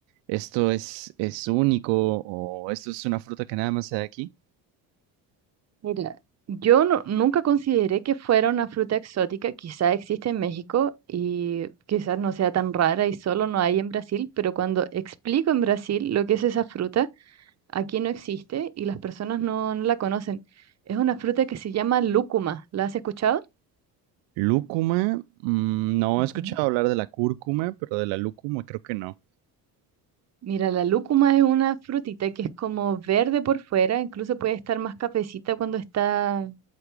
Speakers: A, on the right (about 75°); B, on the right (about 35°).
A: esto es, es único o esto es una fruta que nada más se da aquí?
B: Mira, yo no- nunca consideré que fuera una fruta exótica, quizá existe en México y quizás no sea tan rara y solo no hay en Brasil, pero cuando explico en Brasil lo que es esa fruta, aquí no existe y las personas no, no la conocen. Es una fruta que se llama lúcuma, ¿la has escuchado?
A: Lúcuma, mm, no
B: Ujú.
A: he escuchado hablar de la cúrcuma, pero de la lúcuma creo que no.
B: Mira, la lúcuma es una frutita que es como verde por fuera, incluso puede estar más cafecita cuando está